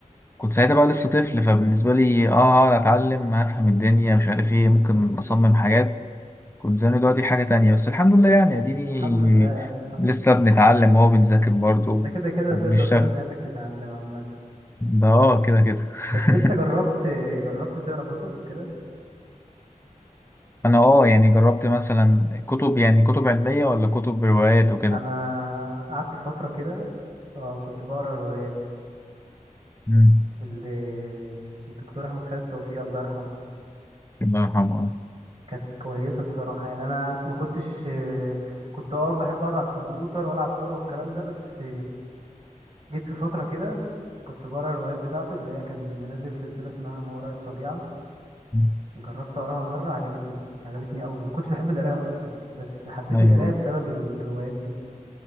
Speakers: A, on the left (about 15°); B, on the right (about 40°).
A: كنت ساعتها بقى لسه طفل فبالنسبة لي اه هقعد اتعلم هفهم الدنيا مش عارف ايه ممكن
B: مم.
A: اصمم حاجات كنت زمان دلوقتي حاجة تانية بس الحمد لله يعني اديني
B: الحمد لله يا عم الحمد
A: لسه
B: لله
A: بنتعلم اهو بنذاكر برضه
B: انت كده كده
A: وبنشتغل
B: هتفضل طول حياتك تتعلم عامة
A: ده اه كده كده <laughs>
B: بس انت جربت جربت تقرا كتب وكده
A: انا اه يعني جربت مثلا كتب يعني كتب علمية ولا كتب روايات وكده
B: انا قعدت فترة كده اه كنت بقرا روايات
A: مم.
B: اللي الدكتور احمد خالد توفيق الله يرحمه
A: الله يرحمه آه.
B: كانت كويسة الصراحة يعني أنا ما كنتش كنت اه بحب أقعد على الكمبيوتر وألعب كورة والكلام ده بس جيت في فترة كده كنت بقرا الروايات بتاعته اللي هي كان منزل سلسلة اسمها ما وراء الطبيعة
A: مم.
B: جربت أقراها مرة عجبتني عجبتني أوي ما كنتش بحب القراية أصلا بس حبيت
A: ايوه
B: القراية بسبب الروايات دي